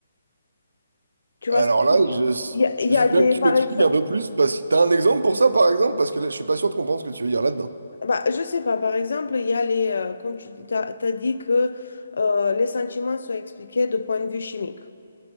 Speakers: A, on the left (about 85°); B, on the right (about 80°).
A: Tu vois
B: Alors
A: ce que je
B: là,
A: veux dire?
B: je,
A: Il y a, il
B: je
A: y a
B: veux
A: des,
B: bien que tu
A: par
B: m'expliques
A: exemple,
B: un peu plus, parce que t'as un exemple pour ça, par exemple, parce que là, je suis pas sûr de comprendre ce que tu veux dire là-dedans.
A: bah, je sais pas, par exemple, il y a les, euh, comme tu as dit que euh, les sentiments sont expliqués de point de vue chimique.